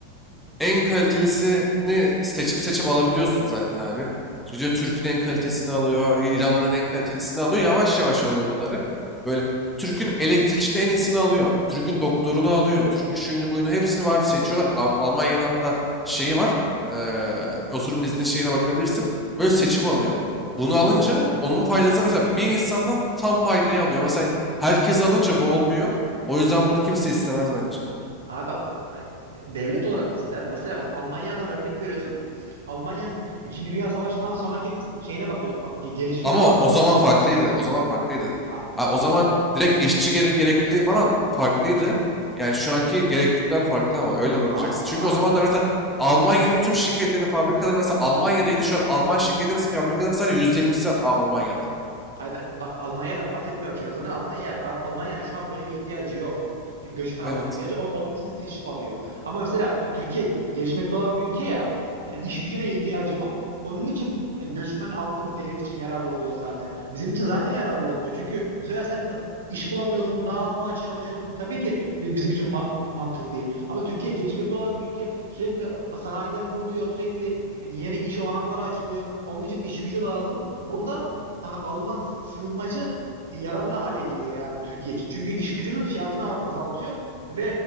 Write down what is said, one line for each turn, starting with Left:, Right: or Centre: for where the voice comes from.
Centre: En kalitelisini seçip seçip alabiliyorsun zaten abi. Gidiyor Türk'ün en kalitesini alıyor, İranlıların en kalitelisini alıyor. Yavaş yavaş alıyor bunları. Böyle Türk'ün elektrikçide en iyisini alıyor. Türk'ün doktorunu alıyor. Türk'ün şuyunu buyunu hepsini abi seçiyorlar. Al- Almanya'nın hatta şeyi var. eee oturum izni şeyine bakabilirsin. Böyle seçip alıyor. Bunu alınca onun faydasını mesela bir insandan tam faydayı alıyor. Mesela herkes alınca bu olmuyor. O yüzden bunu kimse istemez bence.
Right: Abi ay, devlet olarak ister. Mesela bak Almanya'dan örnek veriyorsun. Almanya'nın İkinci Dünya Savaşı'ndan sonraki kısım şeyine bakıyor. Bak, gelişimine
Centre: Ama
Right: bak.
Centre: o zaman farklıydı. O zaman farklıydı.
Right: A-
Centre: Ha,
Right: abi
Centre: o zaman
Right: o
Centre: direkt işçi gere gerekliliği falan farklıydı. Yani şu anki gereklilikler farklı ama öyle bakacaksın.
Right: a-
Centre: Çünkü
Right: abi
Centre: o zamanlar mesela Almanya'nın tüm şirketlerinin fabrikaları mesela Almanya'daydı. Şu an Alman şirketlerinin fabrikalarının sadece %20'si A- Almanya'da.
Right: Hayır ben bak Almanya'dan bahsetmiyorum şu an. Zaten Almanya A- Almanya'nın şu an böyle bir ihtiyacı yok. E, Göçmen
Centre: Evet.
Right: alma ihtiyacı. O- onun için seçip alıyor. Ama mesela Türkiye gelişmekte olan bir ülke ya. Yani iş gücüne ihtiyacı var. Onun için e, göçmen aldı mı devlet için yararlı oluyor zaten. Bizim için zaten yararlı olmuyor. Çünkü bu sefer sen da- iş bulamıyorsun, daha az maaş çalışıyorsun. Tabii ki bi- bizim için ma- mantıklı değil. Ama Türkiye gelişmekte olan bir ülke sürekli sanayiler kuruluyor, sürekli e, yeni iş olanakları açılıyor. Onun için iş gücü lazım. Burada a- alınan sı- sığınmacı e, yararlı hale geliyor yani Türkiye için. Çünkü iş gücünün fiyatını a- azaltıyor ve